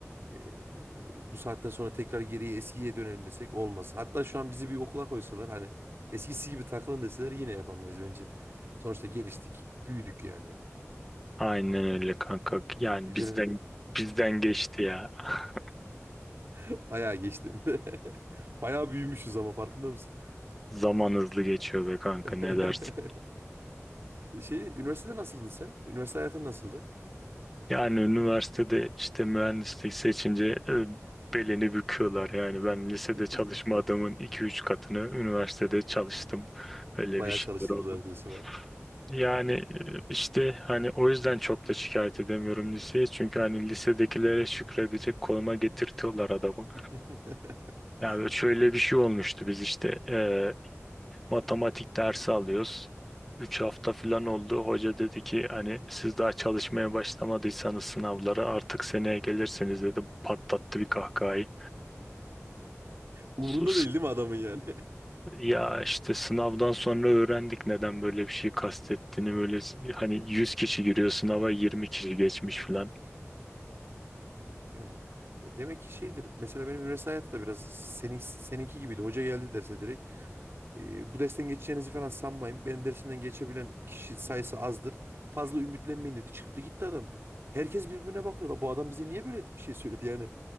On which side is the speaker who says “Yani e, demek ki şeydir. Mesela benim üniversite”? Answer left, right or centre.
Right